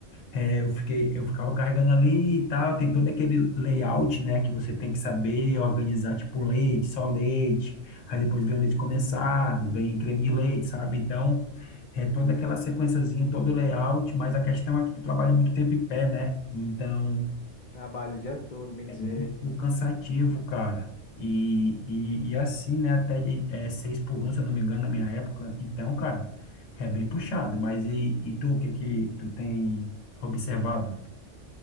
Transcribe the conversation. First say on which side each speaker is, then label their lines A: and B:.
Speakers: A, on the left (about 80°); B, on the left (about 60°).
A: é, eu fiquei eu ficava carregando ali e tal, tem todo aquele layout, né, que você tem que saber organizar tipo leite, só leite. Aí depois vem o leite condensado, vem creme de leite, sabe? Então, é toda aquela sequenciazinha, todo o layout, mas a questão é que tu trabalha muito tempo em pé, né? Então,
B: Trabalho o dia todo, bem
A: É
B: dizer.
A: muito cansativo, cara. E, e, e assim, né? Até de é, seis por um, se eu não me engano, na minha época. Então, cara, é bem puxado. Mas e, e tu, o que que tu tem observado?